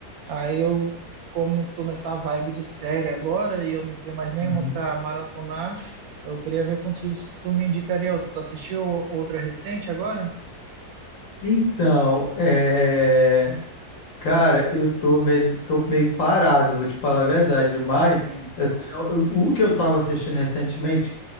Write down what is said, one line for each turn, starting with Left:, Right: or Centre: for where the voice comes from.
Right: Aí eu, como eu tô nessa vibe de série agora e eu não tenho mais nenhuma
Left: Uhum.
Right: para maratonar, eu queria ver contigo se tu me indicaria outra. Tu assistiu outra recente agora?
Left: Então, é... Cara, eu tô meio, tô meio parado, vou te falar a verdade, mas
Right: Sim.
Left: eu tenho- eu- o que eu tava assistindo recentemente,